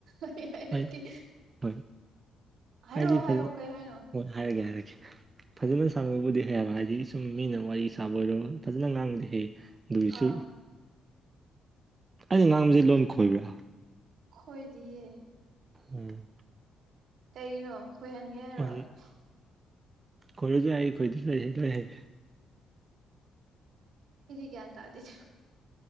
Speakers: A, on the right; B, on the right.
A: ꯑꯩ ꯍꯥꯏꯔꯛꯀꯦ
B: ꯍꯣꯏ ꯍꯣꯏ
A: ꯍꯥꯏꯔꯛꯑꯣ
B: ꯍꯥꯏꯗꯤ
A: ꯍꯥꯏꯔꯛꯑꯣ
B: ꯐꯖꯅ
A: ꯀꯩ ꯍꯥꯏꯅꯣ
B: ꯍꯣꯏ ꯍꯥꯏꯔꯒꯦ ꯍꯥꯏꯔꯒꯦ ꯐꯖꯅ ꯁꯥꯟꯅꯕꯕꯨꯗꯤ ꯍꯩꯕ ꯍꯥꯏꯗꯤ ꯁꯨꯝ ꯃꯤꯅ ꯋꯥꯔꯤ ꯁꯥꯕ ꯑꯣꯏꯔꯣ ꯐꯖꯅ ꯉꯥꯡꯕꯗꯤ ꯍꯩ ꯑꯗꯨꯏꯁꯨ
A: ꯑꯥ
B: ꯑꯩꯅ ꯉꯥꯡꯕꯁꯦ ꯂꯣꯟ ꯈꯣꯏꯕ꯭ꯔꯥ
A: ꯈꯣꯏꯗꯤꯌꯦ
B: ꯎꯝ
A: ꯀꯩꯒꯤꯅꯣ ꯈꯣꯏꯍꯟꯒꯦ ꯍꯥꯏꯔꯕ
B: ꯍꯣꯏ ꯈꯣꯏꯔꯁꯨ ꯍꯥꯏ ꯈꯣꯏꯗꯁꯨ ꯂꯣꯏ ꯍꯥꯏ
A: ꯌꯥ ꯇꯗꯤ